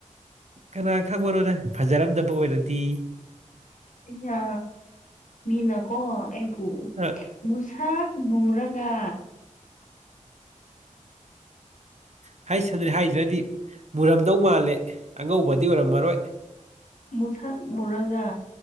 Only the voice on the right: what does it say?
ꯀꯅꯥ ꯈꯪꯕꯅꯣꯗ ꯐꯖꯔꯝꯗꯕ ꯑꯣꯏꯔꯗꯤ
ꯑ
ꯍ ꯁꯗ꯭ꯔꯦ ꯍꯥꯏꯗ꯭ꯔꯗꯤ ꯃꯨꯔꯝꯗꯧ ꯃꯥꯜꯂꯦ ꯑꯉꯧꯕꯗꯤ ꯑꯣꯏꯔꯝꯃꯔꯣꯏ